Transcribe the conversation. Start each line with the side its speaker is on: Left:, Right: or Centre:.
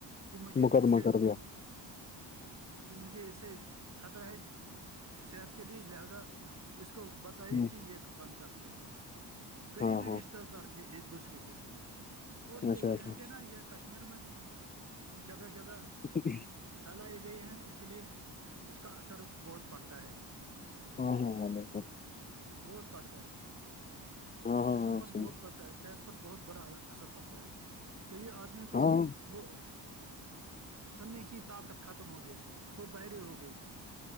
Right: کہ مجھے
Left: مقدمہ
Right: اسے
Left: کر دیا
Right: مجھے اسے خطرہ ہے صحت کے لیے لہذا اس کو بتائی
Left: ہوں،
Right: کہ یہ بند کر دے قریبی
Left: ہاں ہاں
Right: رشتتے دار ہے ایک دوسرے کو اور یہی
Left: اچھا اچھا
Right: انٹینا یہ کشمیر میں ہی ہے جگہ جگہ
Left: اک ہے <unintelligible>
Right: پھیلائی گئی ہیں اس لیے اس کا اثر بہت پڑتا ہے
Left: ہاں ہاں ہاں بالکل
Right: بہت پڑھتا ہے
Left: ہاں ہاں
Right: جسم
Left: ہاں
Right: پر
Left: صحیح
Right: بہت پڑتا ہے صحت پر بہت بڑا اثر پڑتا ہے کئی آدمی کو
Left: ہاں
Right: وہ سننے کی طاقت ختم ہو گئے وہ بہرے ہو گئے